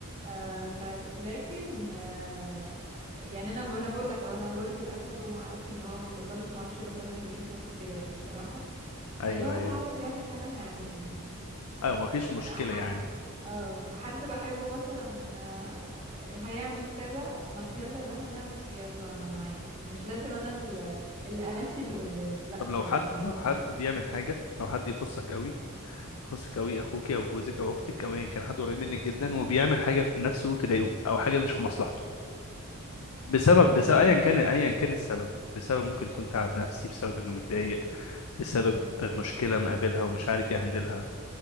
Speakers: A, on the right (about 30°); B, on the left (about 75°).
A: آه فلكن آه يعني انا ب- انا بقول لك اهو انا برج الاسد ومعروف ان هو متسلط وما اعرفش إيه، بس انا مش بشوف نفسي كده يعني بصراحه
B: ايوه
A: اللي هو اللي
B: ايوه
A: عاوز يعمل حاجه ما يعملها يعني
B: ايوه ما فيش مشكله
A: حد
B: يعني
A: اه حد بحبه مثلا آه، هيعمل كذا ما ت- يلا ده هنعمل يلا انا معاك مش لازم انا اللي, اللي امشي اللي قدامي لا
B: طب
A: خالص
B: لو حد
A: اللي
B: لو
A: هو
B: حد
A: ده
B: بيعمل حاجه لو حد يخصك قوي يخصك قوي اخوك او جوزك او اختك او ايا كان حد قريب منك جدا
A: مم.
B: وبيعمل حاجه في نفسه تضايقه او حاجه مش في مصلحته بسبب
A: لا
B: بسبب
A: اكيد
B: ايا
A: مش
B: كان
A: هسكت
B: ايا كان السبب بسبب ممكن يكون تعب نفسي بسبب انه متضايق بسبب
A: مم.
B: مشكله مقابلها ومش عارف يهندلها